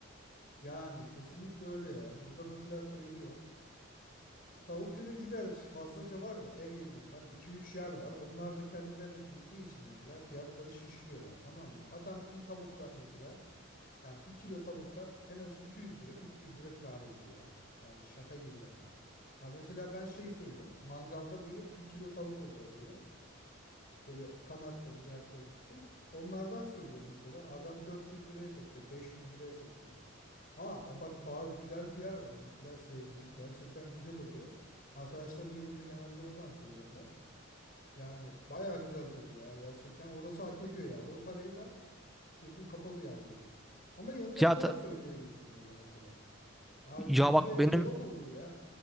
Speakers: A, on the left; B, in the centre.
A: Yani kesinlikle öyle ya. Burada mesela söylüyorsun. Tavuk dürümcüler fazlaca vardı ev yemeği yapan iki üç yer var. Onlar da kendilerini bildiği için mesela fiyatları şişiriyorlar tamam mı? Adam bir tavuktan mesela yani bir kilo tavuktan en az 200 lira 300 lira kâr ediyor ya. Yani şaka gibi rakam. Ya mesela ben şey söylüyorum. Mangalda böyle bir kilo tavuk oluyor böyle. Böyle kanattır, carttır, curttur. Onlardan söylüyorum mesela. Adam 400 liraya satıyor, 500 liraya satıyor. Ama bak ba- güzel bir yer var mesela sevdiğim. Gerçekten güzel oluyor. Arkadaşlarım gelince genelde oradan söylüyorum ben. Yani baya güzel tadı ya. Gerçekten orası hak ediyor ya. O parayı ver. Gözün kapalı yani böyle. Ama yanına
B: Ya
A: kola
B: da,
A: söyleyemiyorsun böyle mesela. Aa
B: ya
A: 100
B: bak
A: liraya
B: benim
A: kola mı olur ya?